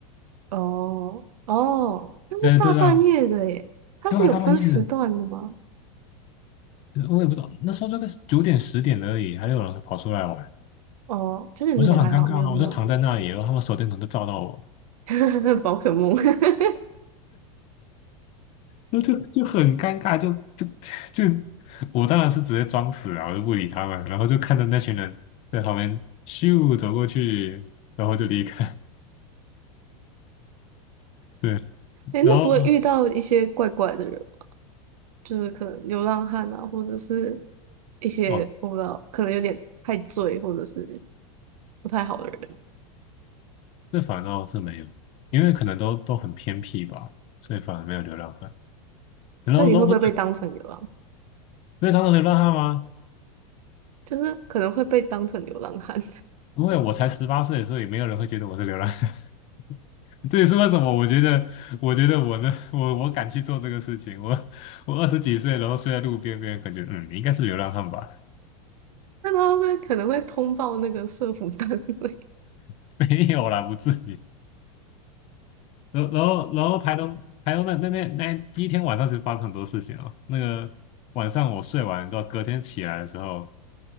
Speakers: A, on the right; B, on the left.
A: 哦哦，那是大半夜的耶，
B: 对对啊
A: 它是有分时段的吗？
B: 对啊，大半夜的，我也不知道那时候这个九点十点而已，还有人跑出来玩，
A: 哦，九点十点还好，
B: 我就很尴尬啊，
A: 没有很晚。
B: 我就躺在那里，然后他们手电筒就照到我，
A: <laughs> 宝可梦，<laughs>
B: 就就就很尴尬，就就就，我当然是直接装死啊，我就不理他们，然后就看着那群人在旁边咻走过去，然后就离开。对，
A: 哎那不会遇到一些怪怪的人吗
B: 然后
A: 就是可能流浪汉啊，或者是一些我不知道，
B: 哦，
A: 可能有点太醉，或者是不太好的人。
B: 这反倒是没有，因为可能都都很偏僻吧，所以反而没有流浪汉。然后，
A: 那你会不会被当成流浪？
B: 然后不是非常的流浪汉吗？
A: 就是可能会被当成流浪汉，
B: 因为我才十八岁，所以没有人会觉得我是流浪汉。<laughs> 这也是为什么我觉得，我觉得我呢，我我敢去做这个事情。我我二十几岁，然后睡在路边，边，感觉嗯，你应该是流浪汉吧。
A: <laughs> 那他会可能会通报那个社服单位
B: <laughs> 没有啦，不至于。然后然后然后台东台东那那那那第一天晚上其实发生很多事情哦。那个晚上我睡完之后，你知道隔天起来的时候，